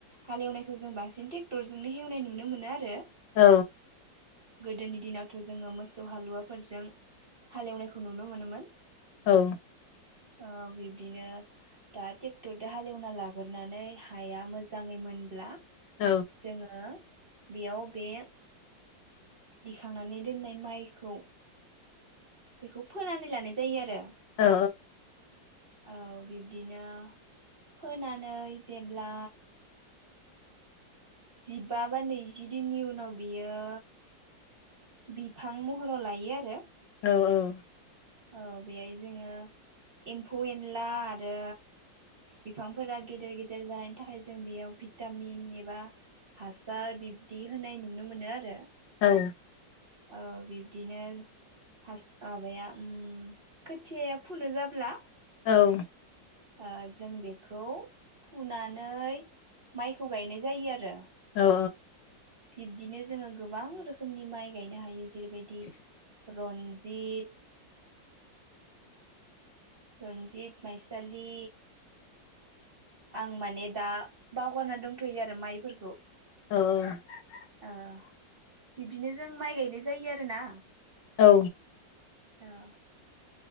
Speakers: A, on the right; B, on the left.
A: हालेवनायखौ जों बांसिन टेक्टरजोंनो हेवनाय नुनो मोनो आरो
B: औ
A: गोदोनि दिनावथ' जोङो मोसौ हालुवाफोरजों हालेवनायखौ नुनो मोनोमोन।
B: औ
A: ओ बे दिनो दा टेक्टरजों हालेवना लाग्रोनानै हाया मोजाङै मोनब्ला
B: औ
A: जोङो बेयाव बे दिखांनानै दोननाय माइखौ बेखौ फोनानै लानाय जायो आरो।
B: औ
A: औ बिब्दिनो फोनानै जेब्ला जिबा बा नैजि दिननि उनाव बियो बिफां महराव लायो आरो।
B: औ औ
A: औ बेहाय जोङो एम्फौ एनला आरो बिफांफोरा गेदेर गेदेर जानायनि थाखाय जों बेयाव भिटामिन एबा हासार बिब्दि होनाय नुनो मोनो आरो।
B: औ औ
A: ओ बिब्दिनो फास माबाया ओम खोथियाया फुनो जाब्ला
B: औ
A: ओ जों बेखौ फुनानै माइखौ गायनाय जायो आरो।
B: अ
A: बिब्दिनो जोङो गोबां रोखोमनि माइ गायनो हायो। जेरैबायदि रनजित रनजित माइसालि आं माने दा बावगारना दंथ'यो आरो माइफोरखौ
B: औ
A: ओ बिब्दिनो जों माइ गायनाय जायो आरोना
B: औ
A: औ